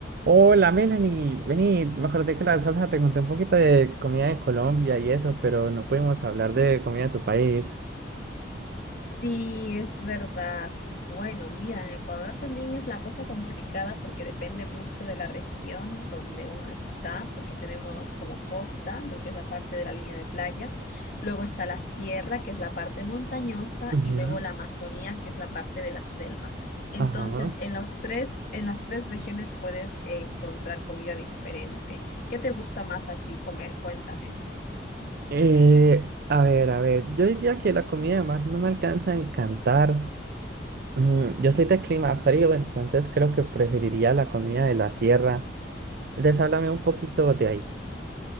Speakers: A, on the right; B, on the left.
A: Hola Melanie, vení, me acordé que la vez pasada te conté un poquito de comida de Colombia y eso, pero no pudimos hablar de comida de tu país.
B: Sí, es verdad. Bueno, mira, en Ecuador también es la cosa complicada porque depende mucho de la región donde uno está, porque tenemos como costa, lo que es la parte de la línea de playa, luego está la sierra, que es la parte montañosa,
A: Ujú.
B: y luego la Amazonía, que es la parte de la selva. Entonces,
A: Ajá.
B: en los tres, en las tres regiones puedes encontrar comida diferente. ¿Qué te gusta más a ti comer? Cuéntame.
A: Eh, a ver, a ver, yo diría que la comida de mar no me alcanza a encantar. Mm, yo soy de clima frío, entonces creo que preferiría la comida de la sierra. Entonces háblame un poquito de ahí.